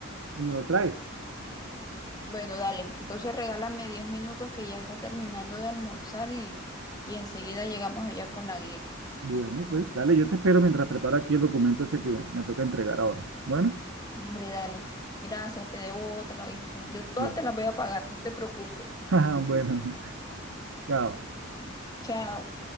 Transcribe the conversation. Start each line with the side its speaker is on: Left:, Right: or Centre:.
Right: y me lo traes.
Left: bueno, dale. Entonces regálame 10 minutos que ya está terminando de almorzar y, y enseguida llegamos allá con la guía.
Right: Bueno, pues dale, yo te espero mientras preparo aquí el documento este que me toca entregar ahora. Bueno,
Left: Dale, dale. Gracias, te debo otra, ¿viste? Yo todas
Right: bueno,
Left: te las voy a pagar, no te preocupes.
Right: <laughs> bueno, chao.
Left: Chao.